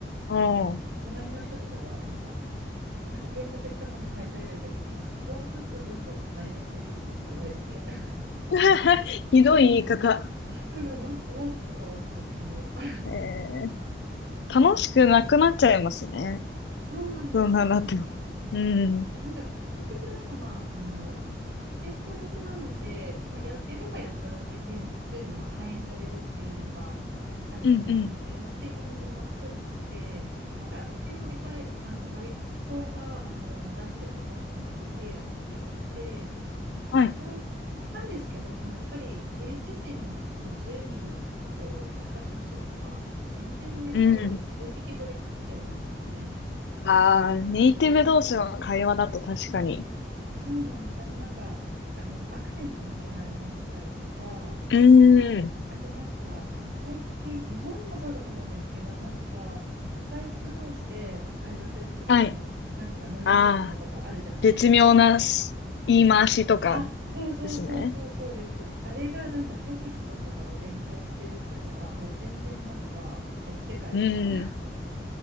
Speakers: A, on the right (about 65°); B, on the left (about 75°).
A: あの隣の人とかがなんかあのなんか添削したものを返されるときにあここはちょっと文法が壊滅的ですねとか言われてて
B: ああ。
A: <laughs>
B: <laughs> ひどい言い方。
A: なんかわ怖っとか思っちゃってもう
B: え楽しくなくなっちゃいますね。
A: <laughs> そうなんですよね。
B: そんなんだと。うん。
A: で、なんか結局なんかまあ、あの、テストごとなので、まあ、や、やればやっただけ点数にまあ反映されるっていうのがあると思うので、
B: うんうん。
A: まあ、スピーキングも含めて、なんか一応リクエ、あの、外交があの出してるリクエアメントはクリアできて、一旦行ったんですけど、
B: はい。
A: でもやっぱりイギリス人と10人こうディスカッションするとか、全然やっぱり置い、
B: うん。
A: 置いてきぼり食っちゃうんですよね。
B: ああ、ネイティブ同士の会話だと確かに。
A: そうなんです。あとなんか、あの、アクセントの違いもあったりとか、
B: うん。
A: あとなんか、あの、最近、日本もそうだと思うんですけど、なんか、若い人同士で会話する時の、
B: はい。
A: なんか、ノリみたいなのとかあるじゃないですか。
B: ああ、絶妙なし言い回しとか
A: あ、そうそうそうそう、
B: ですね。
A: そうです、そうです。あれがなんかテキストとかで勉強してる人には、もう全然なんか、別世界みたいな。
B: うん。
A: <laughs>